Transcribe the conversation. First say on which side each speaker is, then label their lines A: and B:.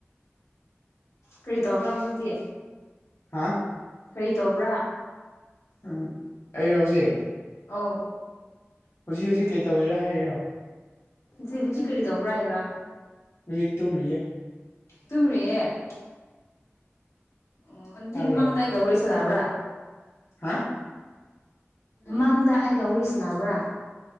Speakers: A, on the left; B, on the left.
A: ꯀꯔꯤ ꯇꯧꯕ꯭ꯔꯥ ꯍꯧꯖꯤꯗꯤ
B: ꯍꯥ
A: ꯀꯔꯤ ꯇꯧꯕ꯭ꯔꯥ
B: ꯎꯝ ꯑꯩ ꯍꯧꯖꯤ
A: ꯑꯧ
B: ꯍꯧꯖꯤ ꯍꯧꯖꯤꯛ ꯀꯩ ꯇꯧꯔꯤꯔ ꯍꯥꯏꯔꯤꯔꯣ
A: ꯖꯤ ꯍꯧꯖꯤꯛ ꯀꯔꯤ ꯇꯧꯕ꯭ꯔꯥ ꯍꯥꯏꯕ
B: ꯔꯤꯛ ꯇꯨꯝꯃꯤꯌꯦ
A: ꯇꯨꯝꯔꯤꯌꯦ ꯑꯣ ꯑꯗꯨꯗꯤ
B: ꯇꯥꯕ꯭ꯔꯣ
A: ꯃꯃꯥꯡꯗ ꯑꯩꯒ ꯋꯥꯔꯤ ꯁꯅꯥꯕ꯭ꯔ
B: ꯍꯥ
A: ꯃꯡꯗ ꯑꯩꯒ ꯋꯥꯔꯤ ꯁꯥꯅꯕ꯭ꯔꯥ